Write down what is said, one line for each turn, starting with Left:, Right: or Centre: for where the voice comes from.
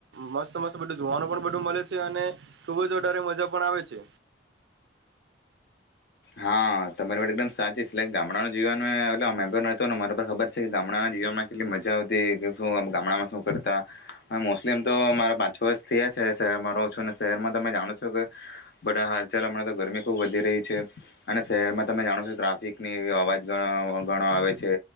Right: મસ્ત મસ્ત બ જોવાનું પણ બું મળે છે અને ખુબ જ વધારે મજા પણ આવે છે
Left: હા તમારી માટે એકદમ સાચી સલા ગામડા જી ન અલે અમે પણ ન ને મારા ખબર છે કે ગામડાના જીવનમાં કેટલી મજા આવતી કે શું ગામડામાં શું કરતા હવે મોસ્ટલી એમ તો મારા પાંચ વર્ષ છે અમારો ઓછું શહેરમાં તમે જાણો છો કે બધા હાલ ચ હણા તો ગરમી બહુ વધી રહી છે અને શહેરમાં તમે જાણો છો ટ્રાફિક ની અવાજ ગણો આવે છે